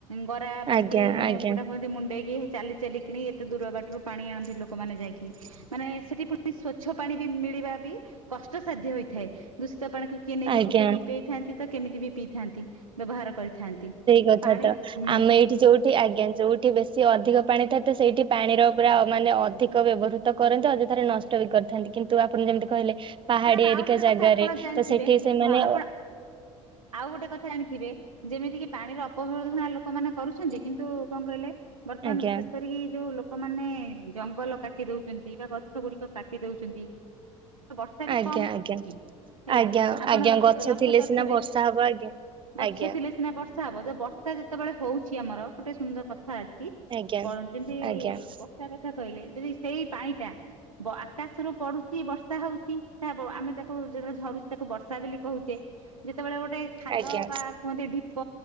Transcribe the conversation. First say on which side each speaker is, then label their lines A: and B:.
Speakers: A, on the right (about 85°); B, on the right (about 30°).
A: ଗରା ବାଲ୍ଟି
B: ଆଜ୍ଞା
A: ମାନେ
B: ଆଜ୍ଞା
A: କୋଟା କୁହନ୍ତି ମୁଣ୍ଡେଇକି ହେ ଚାଲି ଚାଲି କିଣି ଏତେ ଦୂର ବାଟରୁ ପାଣି ଆଣନ୍ତି। ଲୋକମାନେ ଯାଇକି ମାନେ, ସେଠି ପୁଣି ସ୍ଵଚ୍ଛ ପାଣି ବି ମିଳିବା ବି କଷ୍ଟସାଧ୍ୟ ହୋଇଥାଏ। ଦୂଷି ତ ପାଣି କୁ ନେଇକି
B: ଆଜ୍ଞା
A: ଫୁଟକି ପେଇଥାନ୍ତି ତ କେମିତି ବି ପିଇଥାନ୍ତି? ବ୍ୟବହାର କରିଥାନ୍ତି।
B: ଗଥା
A: ପାଣି
B: ତ
A: ହୁଁ
B: ଆମେ ଏଠି ଯୋଇଠ୍ ସେ ଆଜ୍ଞା ଯୋଉଠି ବେଶୀ ଅଧିକ ପାଣି ଥାଏ, ତ ସେଇଠି ପାଣିର ପୁରା ମାନେ ଅଧିକ ବ୍ୟବହୃତ କରନ୍ତି। ଅଯଥାରେ, ନଷ୍ଟ ବି କରିଥାନ୍ତି କିନ୍ତୁ ଆପଣ ଯେମିତି କହିଲେ ପାହାଡିଆ
A: ମାଡାମ୍ ଆଉ
B: ଏରିକା
A: ଗୋଟେ
B: ଜାଗାରେ
A: କଥା ଆପଣ ଜାଣିଥିବେ
B: ତ ସେଠି ସେମାନେ
A: ହଁ, ଆପଣ
B: ଅ
A: ଆଉ ଗୋଟ କଥା ଜାଣିଥିବେ। ଯେମିତି କି ପାଣିର ଅପବ୍ୟବହୃତ ଲୋକମାନେ କରୁଛନ୍ତି। କିନ୍ତୁ କଣ କହିଲେ? ବର୍ତ୍ତମାନ
B: ଆଜ୍ଞା
A: ବିଶେଷ କରିକି ଯୋଉ ଲୋକମାନେ ଜଙ୍ଗଲ କାଟି ଦଉଛନ୍ତି ବା ଗଛ ଗୁଡିକ କାଟି ଦେଉଛନ୍ତି, ବ ଷା ବି
B: ଆଜ୍ଞା
A: କମ୍ ହଉ
B: ଆଜ୍ଞା
A: କି ହେଲା।
B: ଆଜ୍ଞା
A: ଆପଣ
B: ଆଜ୍ଞା
A: ଲକ୍ଷ
B: ଗଛ
A: ଲକ୍ଷ୍ୟ
B: ଥିଲେ
A: କରିଥିବେ,
B: ସିନା ବର୍ଷା ହବ ଆଜ୍ଞା
A: ଗଛ
B: ଆଜ୍ଞା
A: ଥିଲେ ସିନା ବର୍ଷ ବର୍ଷା ହବ ଯେ ବର୍ଷା ଯେତେବେଳେ ହଉଛି ଆମର ଗୋଟେ ସୁନ୍ଦର କ ଥା ଅଛି
B: ଆଜ୍ଞା
A: ବରଂ ଯେମତି-ଇ
B: ଆଜ୍ଞା
A: ବର୍ଷା କଥା କହିଲେ ଯଦି ସେଇ ପାଣି ଟା ଆକାଶରୁୁ ପଡୁଛି ବର୍ଷା ହଉଛି। ତା ବ ଆମେ ତ କୁ ଯେତେବେଳେ ଝରୁଛି ତାକୁ ବର୍ଷା ବୋଲି କହୁଛେ। ଯେତେବେଳେ ଗୋଟେ ଖାଲ
B: ଆଜ୍ଞା
A: ବା କୁହନ୍ତି ଢିପ୍ ତ